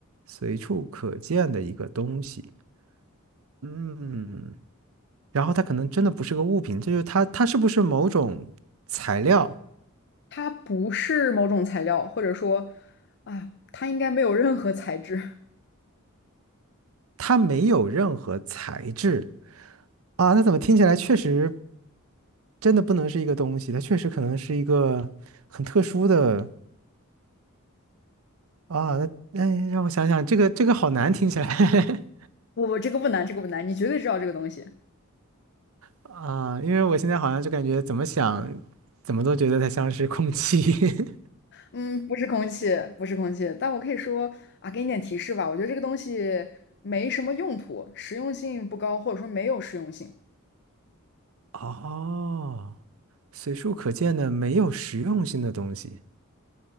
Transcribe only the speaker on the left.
它不是某种材料，或者说，啊，它应该没有任何材质。
<laughs> 不不，这个不难，这个不难，你绝对知道这个东西。
嗯，不是空气，不是空气，但我可以说啊，给你点提示吧。我觉得这个东西没什么用途，实用性不高，或者说没有实用性。